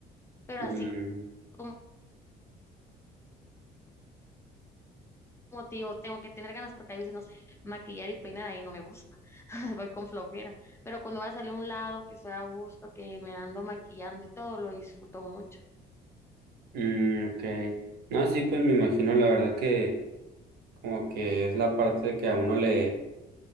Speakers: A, on the left; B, on the right.
A: Pero
B: Mm,
A: así como, como te digo, tengo que tener ganas porque a veces, no sé, maquillar y peinar ahí no me gusta, <laughs> voy con flojera. Pero cuando voy a salir a un lado, que estoy a gusto, que me ando maquillando y todo, lo disfruto mucho.
B: Mm, ok. No, sí, pues me imagino la verdad que como que es la parte que a uno le